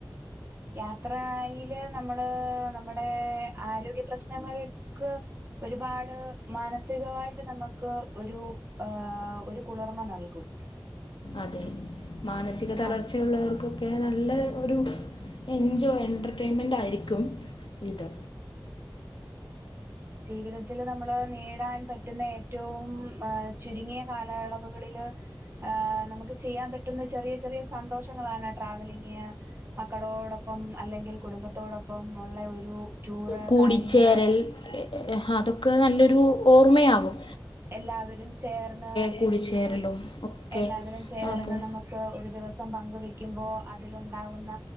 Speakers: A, on the right; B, on the left.
A: യാത്രയില് നമ്മള് നമ്മുടെ ആരോഗ്യ പ്രശ്നങ്ങൾക്ക് ഒരുപാട് മാനസികവായിട്ട് നമുക്ക് ഒരു ആ ഒരു കുളിർമ നൽകും
B: അതെ മാനസിക തളർച്ച
A: നം
B: ഉള്ളവർക്കും നല്ല ഒരു എൻജോ എന്റർടേൻമെന്റ് ആയിരിക്കും ഇത്
A: ജീവിതത്തില് നമ്മള് നേടാൻ പറ്റുന്ന ഏറ്റവും അ ചുരുങ്ങിയ കാലയളവുകളില് ഹ നമുക്ക് ചെയ്യാൻ പറ്റുന്ന ചെറിയ ചെറിയ സന്തോഷങ്ങളാണ് ട്രാവലിംഗ് മക്കളോടൊപ്പം അല്ലെങ്കിൽ കുടുംബത്തോടൊപ്പം ഒള്ള ഒ രൂ ടൂറ്
B: കൂടിച്ചേരൽ
A: കാര്യങ്ങള്
B: അതൊക്കെ നല്ലൊരു ഓർമ്മയാവും
A: എല്ലാവരും ചേർന്ന്
B: കൂടിച്ചേരലും ഒക്കെ
A: എല്ലാവരും ചേർന്ന്
B: അതെ
A: നമുക്ക് ഒരു ദിവസം പങ്ക്‌ വെ ക്കുപ്പോ അതിലുണ്ടാകുന്ന